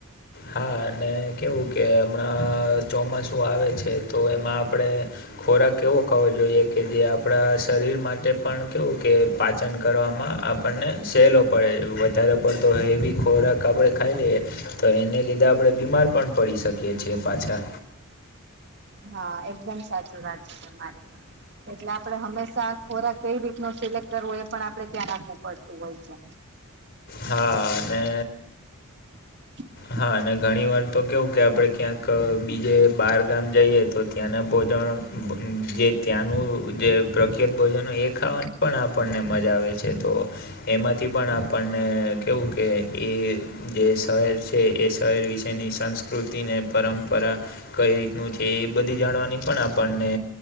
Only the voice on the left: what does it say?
હા અને કેવું કે હમણાં અહ ચોમાસું આવે છે તો એમાં આપડે ખોરાક એવો ખાવો જોઈએ કે જે આપડા શરીર માટે પણ કેવું કે પાચન કરવામાં આપણને સહેલો પડે વધારે પડતો હેવી ખોરાક આપડે ખાઈ લઈએ. તો એને લીધે આપણે બીમાર પણ પડી શકીએ છીએ પાછા
હા અને
હા અને ઘણી વાર તો કેવું કે આપણે ક્યાંક અ બીજે બાર ગામ જઈએ તો ત્યાંના ભોજન <unintelligible> જે ત્યાંનું જે પ્રખ્યાત ભોજન હોય એ ખાવાની પણ આપણને મજા આવે છે તો એમાંથી પણ આપણને કેવું કે એ એ શહેજ એ એ શહેર વિશેની સંસ્કૃતિને પરંપરા કઈ રીતનું છે એ બધી જાણવાની પણ આપણને